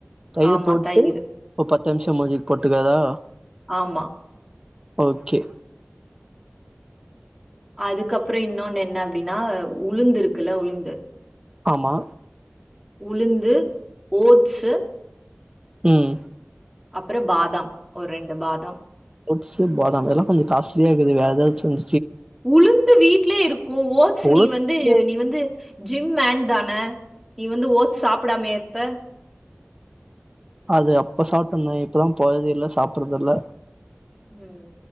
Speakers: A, on the right; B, in the centre.
A: தயிரு
B: ஆமா
A: போட்டு
B: தயிரு.
A: ஒரு பத்து மூஞ்சுக்கு போட்டுகறதா
B: ஆமா
A: ஓகே
B: அதுக்கப்றம் இன்னொன்னு என்ன அப்டின்னா உளுந்து இருக்குல உளுந்து
A: ஆமா
B: உளுந்து ஓட்சு
A: ம்
B: அப்றம் பாதாம் ஒரு ரெண்டு பாதாம்
A: ஓட்சு பாதாம் எல்லாம் கொஞ்சோ காஸ்ட்லியா இருக்குது வேற எதாச்சும்
B: உளுந்து வீட்லயே இருக்கும் ஓட்ஸ்
A: உளுந்து
B: நீ வந்து
A: வீட்ல
B: நீ வந்து ஜிம் மேன் தானே நீ வந்து ஓட்ஸ் சாப்டாமையா இருப்ப
A: அது அப்ப சாப்ட்டுந்தே இப்பதான் போறது இல்ல் சாப்றது இல்ல
B: ம்